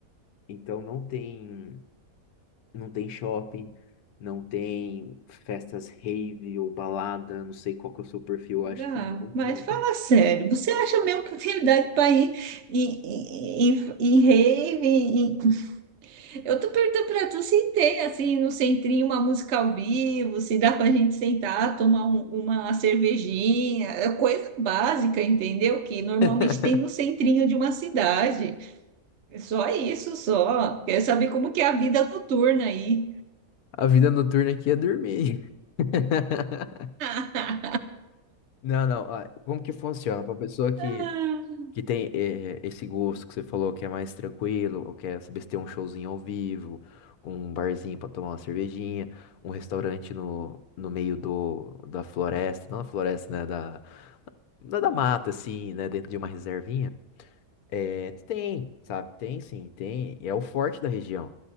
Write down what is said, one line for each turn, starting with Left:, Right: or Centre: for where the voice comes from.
Left: Então não tem, não tem shopping, não tem festas rave ou balada, não sei qual que é o seu perfil, acho
Right: Gá,
Left: que não,
Right: mas
Left: não.
Right: fala sério, você acha mesmo oportunidade para ir em, em, em, em rave? em- Eu tô perguntando para tu se tem, assim, no centrinho, uma música ao vivo, se dá pra gente sentar, tomar um- uma cervejinha, é coisa básica, entendeu? Que normalmente
Left: <laughs>
Right: tem no centrinho de uma cidade. É Só isso, só. Quer saber como que é a vida noturna aí.
Left: A vida noturna aqui é dormir. <laughs>
Right: <laughs>
Left: Não, não, ah, como que funciona? Pra pessoa que
Right: Ah,
Left: Que tem eh, eh, esse gosto que você falou que é mais tranquilo, ou quer saber se tem um showzinho ao vivo, um barzinho pra tomar uma cervejinha, um restaurante no, no meio do, da floresta, não da floresta, né? Da, da, da mata, assim, né? Dentro de uma reservinha. É, tem, sabe? Tem sim, tem. E é o forte da região.